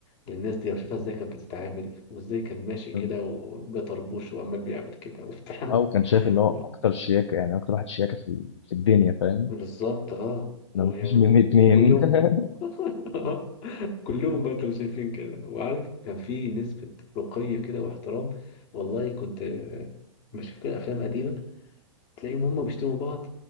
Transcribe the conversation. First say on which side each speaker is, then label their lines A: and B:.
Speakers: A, on the left; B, on the left.
A: للناس دي واشوفها ازاي كانت بتتعامل وازاي كان ماشي كده
B: مم.
A: وبيطربوش وعمال بيعمل كده وبتاع
B: اه وكان شايف اللي هو
A: <laughs>
B: اكتر شياكه يعني اكتر واحد شياكه في ال- في الدنيا فاهم
A: بالظبط اه ويعني
B: لو مفيش مني
A: و-
B: اتنين
A: وكلهم
B: <laughs>
A: <laughs> كلهم برضه شايفين كده وعارف كان في نسبة رقي كده واحترام والله كنت آه، بشوف كده افلام قديمة تلاقيهم هما بيشتموا بعض